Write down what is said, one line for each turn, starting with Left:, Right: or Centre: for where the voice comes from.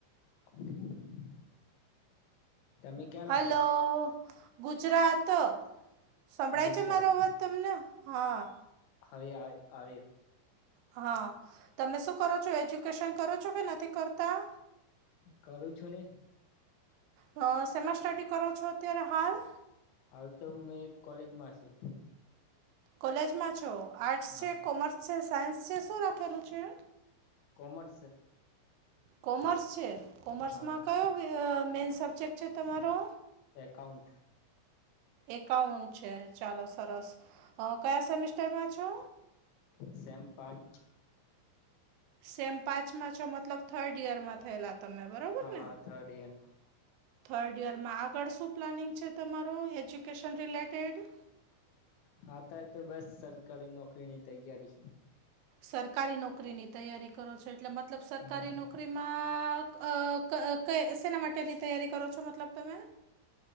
Left: <inaudible> તમે ક્યાં
Right: હલો
Left: ના છો
Right: ગુજરાત. સંભળાય
Left: ગુજરાત
Right: છે મારો અવાજ તમને હા.
Left: હવે આવે આવે.
Right: હા તમે શું કરો છો એજ્યુકેશન કરો છો કે નથી કરતા?
Left: કરું છું ને.
Right: હ સેમાં સ્ટડી કરો છો અત્યારે હાલ?
Left: હાલ તો મેં એક કોલેજ માં છું.
Right: કોલેજમાં છો આર્ટસ
Left: હા
Right: છે, કોમર્સ છે, સાયન્સ છે શું રાખેલું છે?
Left: કોમર્સ.
Right: કોમર્સ છે કોમર્સમાં
Left: હા
Right: કયો અહ મેઈન સબ્જેક્ટ છે તમારો?
Left: એકાઉન્ટ.
Right: એકાઉન્ટ છે ચાલો સરસ અહ કયા સેમેિસ્ટરમાં છો?
Left: સેમ પાંચ.
Right: સેમ પાંચમાં છો મતલબ થર્ડ યરમાં થયેલા તમે બરોબર
Left: હા
Right: ને.
Left: થર્ડ એઅરમાં
Right: થર્ડ યરમાં આગળ શું પ્લાનિંગ છે તમારો એજ્યુકેશન રિલેટેડ?
Left: હા ત તો બસ સરકારી નોકરીની તૈયારી.
Right: સરકારી નોકરીની તૈયારી કરો છો એટલે મતલબ સરકારી
Left: હમ
Right: નોકરી માં અહ ક કે સેના માટેની તૈયારી કરો છો મતલબ તમે?